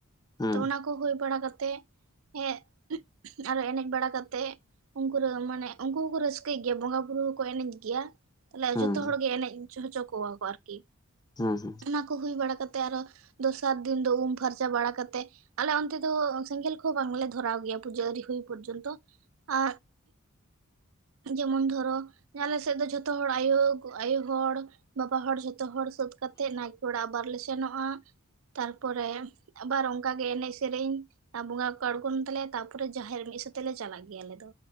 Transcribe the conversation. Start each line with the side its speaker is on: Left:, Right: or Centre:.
Left: ᱦᱩᱸ
Right: ᱛᱚ ᱚᱱᱟ ᱠᱚ ᱦᱩᱭ ᱵᱟᱲᱟ ᱠᱟᱛᱮ ᱦᱮ ᱟᱨᱚ ᱮᱱᱮᱡ ᱵᱟᱲᱟ ᱠᱟᱛᱮᱜ ᱩᱱᱠᱩ ᱫᱚ ᱢᱟᱱᱮ ᱩᱱᱠᱩ ᱦᱚᱸᱠᱚ ᱨᱟᱹᱥᱠᱟᱹᱭ ᱜᱮᱭᱟ ᱵᱚᱸᱜᱟ ᱵᱩᱨᱩ ᱦᱚᱸᱠᱚ ᱮᱱᱮᱡ ᱜᱮᱭᱟ ᱾ ᱛᱟᱦᱚᱞᱮ
Left: ᱦᱩᱸ
Right: ᱡᱷᱚᱛᱚ ᱦᱚᱲᱜᱮ ᱮᱱᱮᱡ ᱦᱚᱪᱚ ᱠᱚᱣᱟ ᱠᱚ ᱟᱨᱠᱤ᱾
Left: ᱦᱩᱸ ᱦᱩᱸ
Right: ᱚᱱᱟ ᱠᱚ ᱦᱩᱭ ᱵᱟᱲᱟ ᱠᱟᱛᱮᱜ ᱟᱨᱚ ᱫᱚᱥᱟᱨ ᱫᱤᱱ ᱫᱚ ᱩᱢ ᱯᱷᱟᱨᱪᱟ ᱵᱟᱲᱟ ᱠᱟᱛᱮᱫ ᱟᱞᱮ ᱚᱱᱛᱮ ᱫᱚ ᱥᱮᱸᱜᱮᱞ ᱠᱚᱦᱚᱸ ᱵᱟᱝᱞᱮ ᱫᱷᱚᱨᱟᱣ ᱜᱮᱭᱟ ᱯᱩᱡᱟᱹ ᱟᱹᱨᱤ ᱦᱩᱭ ᱯᱚᱨᱡᱚᱱᱛᱚ᱾ ᱟ ᱡᱮᱢᱚᱱ ᱫᱷᱚᱨᱚ ᱟᱞᱮ ᱥᱮᱫ ᱫᱚ ᱡᱷᱚᱛᱚ ᱦᱚᱲ ᱟᱭᱳ ᱟᱭᱳ ᱦᱚᱲ ᱵᱟᱵᱟ ᱦᱚᱲ ᱡᱷᱚᱛᱚ ᱦᱚᱲ ᱥᱟᱹᱛ ᱠᱟᱛᱮᱜ ᱱᱟᱭᱠᱮ ᱚᱲᱟᱜ ᱟᱵᱟᱨ ᱞᱮ ᱥᱮᱱᱚᱜ-ᱟ᱾ ᱛᱟᱨᱯᱚᱨᱮ ᱟᱵᱟᱨ ᱚᱱᱝᱠᱟᱜᱮ ᱮᱱᱮᱡ ᱥᱮᱨᱮᱧ ᱵᱚᱸᱜᱟ ᱠᱚᱠᱚ ᱟᱬᱜᱳᱱ ᱛᱟᱞᱮᱭᱟ ᱛᱟᱨᱯᱚᱨᱮ ᱡᱟᱦᱮᱨ ᱢᱤᱫ ᱥᱟᱛᱮ ᱞᱮ ᱪᱟᱞᱟᱜ ᱜᱮᱭᱟ ᱟᱞᱮ ᱫᱚ᱾